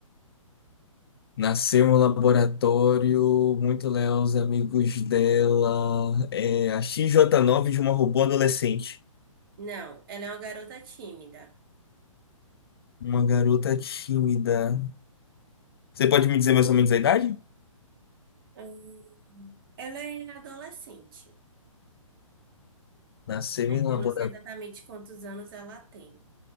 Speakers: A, on the left (about 45°); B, on the right (about 40°).
A: nasceu no laboratório, muito leal os amigos dela. É a XJ9 de uma robô adolescente.
B: Não, ela é uma garota tímida.
A: Uma garota tímida. Você pode me dizer mais ou menos a idade?
B: Hum, Ela é adolescente.
A: Nasceu
B: É
A: em
B: que
A: laboratório.
B: eu não sei exatamente quantos anos ela tem.